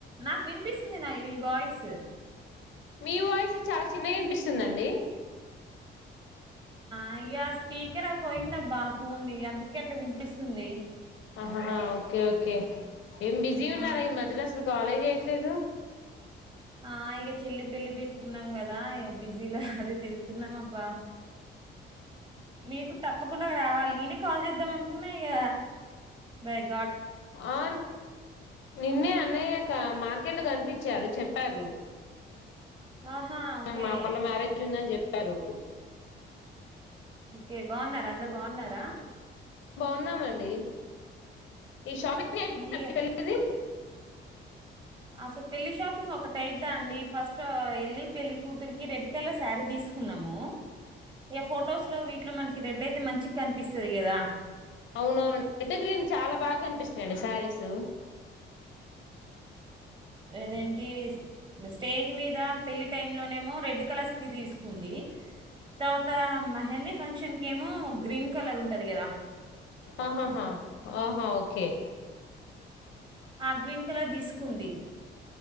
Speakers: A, on the right; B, on the left.
A: నాకు వినిపిస్తుంది ఉన్నాయి నీ వాయిస్
B: మీ వాయిస్ చాలా చిన్నగా వినిపిస్తుందండి
A: అయ్యా స్పీకర్ ఆ పోయిందబ్బా ఫోన్ ది అందుకే అట్లా వినిపిస్తుంది
B: ఆహాహా ఓకే ఓకే ఏం బిజీగా
A: ఆ
B: ఉన్నారా ఈ మధ్యలో అసలు కాలే చేయట్ లేదు
A: ఆ ఇక చెల్లి పెళ్లి పెట్టుకున్నాం కదా ఇక బిజీలా హహ్ హ అది తిరుగుతున్నాం అబ్బా నీకు తప్పకుండా రావాలి నేనే కాల్ చేద్దాం అనుకున్నా ఇక బ్యాగ్
B: ఆ నిన్నే అన్నయ్య ఇక మార్కెట్లో కనిపించ్ ఇచ్చారు చెప్పారు
A: ఆహా ఓకే
B: మా వాళ్ళ మ్యారేజ్ ఉందని చెప్ చెప్పారు
A: ఓకే బాగున్నారా అందరూ బాగున్నారా
B: ఉన్నామండీ ఈ షాపింగ్ <unintelligible> అది ఇనోఅడిబుల్
A: ఇగ అసలు పెళ్లి షాపింగ్ ఒకటైద్దా అండి ఫస్ట్ ఆ వెళ్లి పెళ్లి కూతురికి రెడ్ కలర్ శ్యారీ తీసుకున్నాము ఎ ఫొటోస్ లో వీటిలో మనకి రెడ్ అయితే మంచిగా కనిపిస్తాది కదా
B: అవునవునండి రెడ్ గ్రీన్ చాలా బాగా కనిపిస్తాయండీ శారీస్
A: ఏదేంటి స్టేజ్ మీద్ ఇంకా పెళ్లి టైమ్ లోనేమో రెడ్ కలర్ శ్యా ఇది తీసుకుంది తర్వాతా మెహందీ ఫంక్షన్ కేమో గ్రీన్ కలర్ ఉంటది గదా
B: ఆహాహా ఆహా ఒకే
A: ఆ గ్రీన్ కలర్ తీసుకుందీ